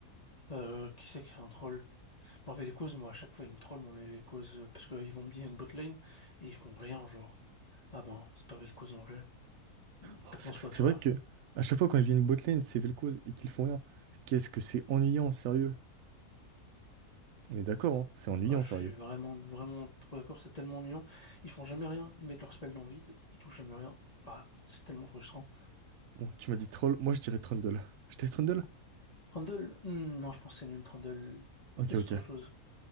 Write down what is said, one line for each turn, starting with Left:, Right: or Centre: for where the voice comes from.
Left: Euh, qui c'est qui est un troll? Mauvais causes, moi, à chaque fois, ils me trollent, moi mauvais causes, euh, parce qu'ils vont me dire une botlane et ils font rien, genre. Ah ben, c'est pas mauvais cause non plus.
Right: Oh,
Left: T'en
Right: C'est
Left: penses quoi, toi?
Right: c'est vrai que à chaque fois quand il vient une botlane, c'est Vel'Koz et qu'ils font rien. Qu'est-ce que c'est ennuyant, sérieux. On est d'accord, hein, c'est ennuyant,
Left: Ah, je
Right: sérieux.
Left: suis vraiment, vraiment trop d'accord, c'est tellement ennuyant. Ils font jamais rien, ils mettent leur spell dans le vide, ils touchent jamais rien. Ah, c'est tellement frustrant.
Right: Bon, tu m'as dit troll, moi je dirais Trundle. Je teste Trundle?
Left: Trundle, hmm, non, je pense que c'est nul, Trundle.
Right: Ok,
Left: Teste
Right: ok.
Left: autre chose.